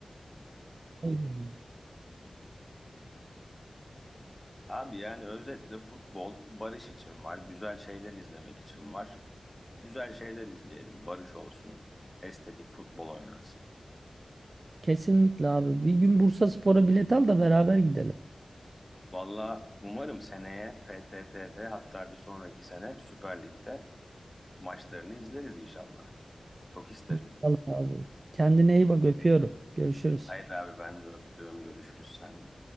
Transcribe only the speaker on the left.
Abi yani özetle futbol barış için var, güzel şeyler izlemek için var. Güzel şeyler izleyelim, barış olsun, estetik futbol oynansın.
Valla umarım seneye PTT'de hatta bir sonraki sene Süper Lig'de maçlarını izleriz inşallah. Çok isterim.
Haydi abi ben de öptüm, görüşürüz sen